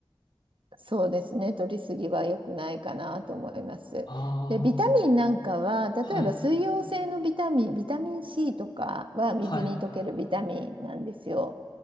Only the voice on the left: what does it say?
ああ、
はい。
はい。